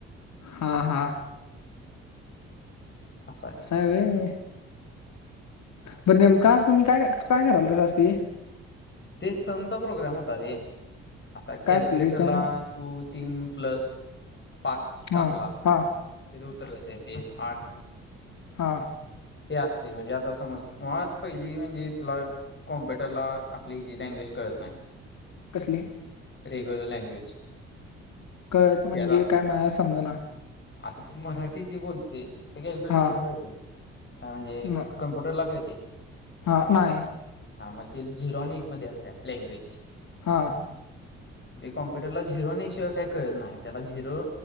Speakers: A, on the left; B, on the left.
A: हा हा.
B: अस हाय.
A: असं हाय वय. पण नेमक आज तुम्ही काय काय करालतास ते?
B: ते समचा प्रोग्राम होता रे. आता
A: काय
B: कॅल्क्युलेटरला
A: असते ते सम
B: तू तीन प्लस पाच टाकलास
A: हा
B: त्याचं
A: हा
B: उत्तर कसं येतंय आठ.
A: हा.
B: ते असते म्हणजे आता समज मुळात पहिली म्हणजे तुला कॉम्प्युटर ला आपली हि जी लँग्वेज कळत नाही.
A: कसली?
B: रेग्युलर लँग्वेज
A: कळत म्हणजे
B: त्याला
A: काय मला समज ना?
B: आता तू मराठी जे बोलतेस ते कॅल्क्युलेटरला
A: हा
B: काळते? म्हणजे
A: न
B: कम्प्युटरला काय ते?
A: हा नाही.
B: हा मग ते झिरोनिक मध्ये असत लँग्वेज.
A: हा
B: हे कॉम्प्युटरला झिरो आणि एक शिवाय काही कळत नाही त्याला झिरो